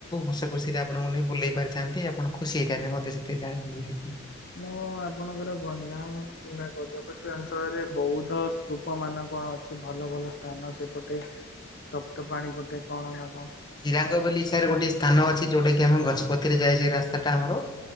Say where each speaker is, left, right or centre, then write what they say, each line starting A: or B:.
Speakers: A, on the left; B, on the left.
A: ହସ ଖୁସିରେ ଆପଣଙ୍କୁ ନେଇ ବୁଲେଇ ପାରିଥାନ୍ତି ଆପଣ ଖୁସି ହେଇଥାନ୍ତେ ମତେ ସେତେ ଜାଣିକି ବୁଲିକି
B: ମୁଁ ଆପଣଙ୍କର ଗଞ୍ଜାମ କିମ୍ବା ଗଜପତି ଅଞ୍ଚଳରେ ବୌଦ୍ଧ ତୁପ ମାନ କଣ ଅଛି ଭଲ ଭଲ ସ୍ଥାନ ସେପଟେ ତପ୍ତ ପାଣି ପଟେ କଣ ନା କଣ?
A: ଚିରାଙ୍ଗ ବୋଲି ସାର୍‌ ଗୋଟେ ସ୍ଥାନ ଅଛି ଯୋଉଟା କିି ଆମେ ଗଜପତିରେ ଯାଇଛି ଏ ରାସ୍ତାଟା ଆମର।